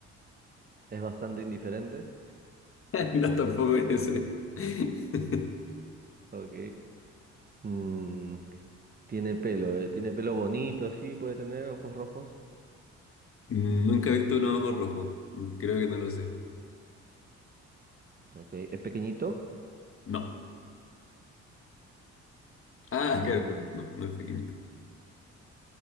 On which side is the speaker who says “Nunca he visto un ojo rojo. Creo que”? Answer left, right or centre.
Left